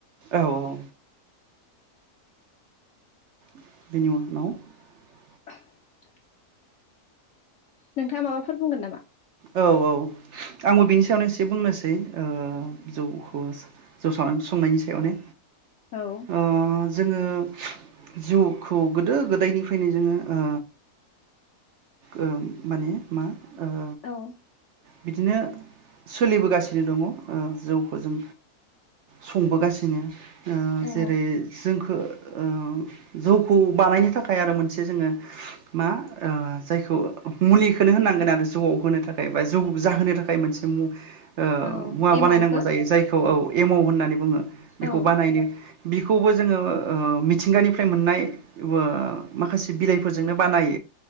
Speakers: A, on the right (about 70°); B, on the left (about 60°).
A: औ औ <unintelligible>
B: <unintelligible> नोंथाङा माबाफोर बुंगोन नामा?
A: औ आंबो बिनि सायावनो एसे बुंनोसै ओ जौखौ जौ स-संनायनि सायावनो
B: औ
A: ओ जोङो जौखौ गोदो गोदायनिफ्रायनो जोङो ओ ओ माने मा ओ
B: औ
A: बिदिनो सोलिबोगासिनो दङ ओ जौखौ जों संबोगासिनो ओ‌
B: औ
A: जेरै- जोंखो ओ जौखौ बानायनो थाखाय आरो मोनसे जोङो मा ओ जायखौ मुलिखौ होनांगोन आरो जौआव होनो थाखाय बा जौ जाहोनो थाखाय मोनसे ओ
B: औ
A: मुवा
B: एमावखो
A: बानायनांगौ जायो जायखौ औ एमव होननानै बुङो। बेखौ
B: औ
A: बानायनो बिखौबो जोङो ओ मिथिंगानिफ्राय मोननाय ओ माखासे बिलाइफोरजोंनो बानायो।